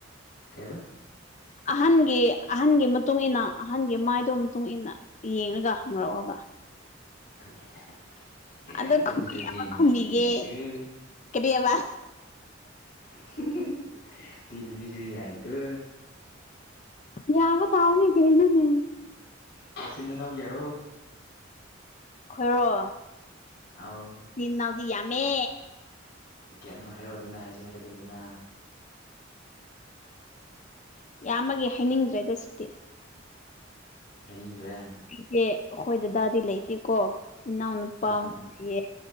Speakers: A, on the left; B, on the left.
A: ꯀꯩꯕ
B: ꯑꯍꯟꯒꯤ ꯑꯍꯟꯒꯤ ꯃꯇꯨꯡ ꯏꯟꯅ ꯑꯍꯟꯒꯤ ꯃꯥꯏꯗꯨ ꯃꯇꯨꯡ ꯏꯟꯅ ꯌꯦꯡꯔꯒ ꯍꯪꯔꯛꯑꯣꯕ
A: ꯀꯩꯂꯩꯔꯦ
B: ꯑꯗꯣ
A: <unintelligible>
B: ꯈꯨꯝꯕ ꯌꯥꯕ ꯈꯨꯝꯕꯤꯒꯦ
A: ꯌꯥꯏꯀꯣ
B: ꯀꯔꯤꯑꯕ
A: <unintelligible> ꯌꯥꯏꯀꯦ
B: ꯌꯥꯕ ꯇꯥꯕꯅꯤ ꯀꯩꯩꯅꯅꯦ
A: ꯅꯆꯤꯟ ꯅꯅꯥꯎ ꯀꯌꯥꯔꯣ
B: ꯈꯣꯏꯔꯣ
A: ꯑꯥꯎ
B: ꯆꯤꯟꯅꯥꯎꯗꯤ ꯌꯥꯝꯃꯦ
A: ꯀꯌꯥꯅꯣ ꯍꯥꯏꯔꯛꯑꯣꯗꯅ ꯑꯩꯁꯨ ꯍꯥꯏꯔꯛꯀꯦꯗꯅ
B: ꯌꯥꯝꯕꯒꯤ ꯍꯥꯏꯅꯤꯡꯗ꯭ꯔꯦꯗ ꯁꯤꯗꯤ
A: ꯍꯥꯏꯅꯤꯡꯗ꯭ꯔꯦ
B: ꯑꯩꯁꯦ ꯑꯩꯈꯣꯏꯗ ꯗꯥꯗꯤ ꯂꯩꯇꯦꯀꯣ ꯏꯅꯥꯎꯅꯨꯄꯥ
A: ꯑꯥ
B: ꯑꯣꯏꯟ ꯂꯩꯌꯦ